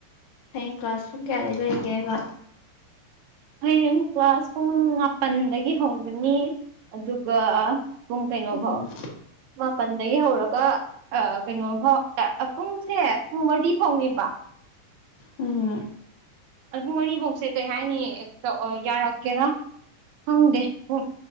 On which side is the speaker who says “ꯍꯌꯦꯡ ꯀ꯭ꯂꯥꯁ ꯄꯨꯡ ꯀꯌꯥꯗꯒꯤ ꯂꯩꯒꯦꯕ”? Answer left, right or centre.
Left